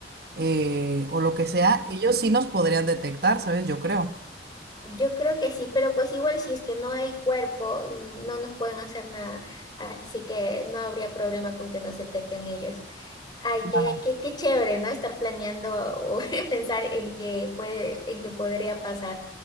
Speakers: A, on the right (about 55°); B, on the left (about 25°).
A: eh, o lo que sea, ellos sí nos podrían detectar, ¿sabes? Yo creo.
B: Yo creo que sí, pero pues igual si es que no hay cuerpo, n- no nos pueden hacer nada, así que no habría problema con que nos detecten ellos. Ay,
A: Claro.
B: qué, qué, qué chévere, ¿no? Estar planeando o <laughs> pensar en qué puede, en qué podría pasar.